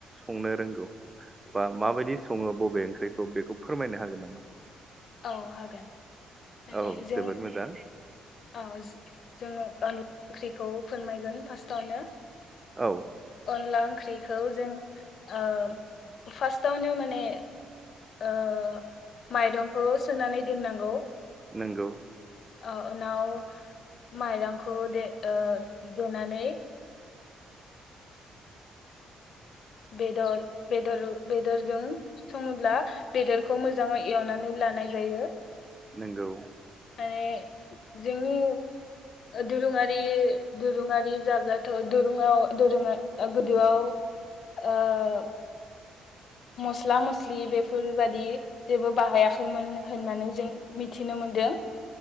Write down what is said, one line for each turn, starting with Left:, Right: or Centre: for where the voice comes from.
Right: संनो रोंगौ बा माबायदि सङो बबे ओंख्रिखौ बेखौ फोरमायनो हागोन नामा?
Left: औ हागोन। मान
Right: औ
Left: जों
Right: जोबोद मोजां
Left: औ जोङो अनला ओंख्रिखौ फोरमायगोन फार्स्टावनो
Right: औ।
Left: अनला ओंख्रि खौ जों ओ फार्स्टावनो माने ओ माइरंखौ सोनानै दोननांगौ
Right: नंगौ
Left: अ। उनाव माइरंखौ दे ओ देनानै बेदर बेदर बेदरजों सङोब्ला बेदरखौ मोजाङै एवनानै लानाय जायो
Right: नंगौ
Left: माने जोंनि दोरोङारि दोरुङारि जाब्लाथ' दुरुङाव दोरों गोदोआव ओ मस्ला मस्लि बेफोरबादि जेबो बाहायाखैमोन होननानै जों मिथिनो मोनदों